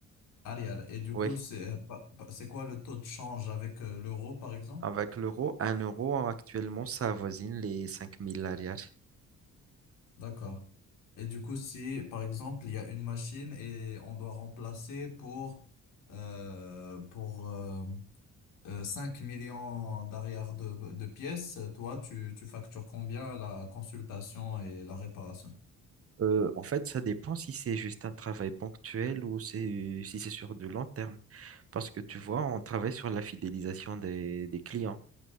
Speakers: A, on the left; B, on the right.
A: Arrière. Et du
B: Oui,
A: coup, c'est euh, pa- pa- c'est quoi le taux de change avec euh, l'euro, par exemple?
B: avec l'euro, un euro actuellement, ça avoisine les 5000 arrière.
A: D'accord. Et du coup, si, par exemple, il y a une machine et on doit remplacer pour, euh, pour euh, euh, 5 millions d'arrière de, de pièces, toi, tu, tu factures combien la consultation et la réparation?
B: Euh, en fait, ça dépend si c'est juste un travail ponctuel ou c'est, si c'est sur du long terme. Parce que tu vois, on travaille sur la fidélisation des, des clients.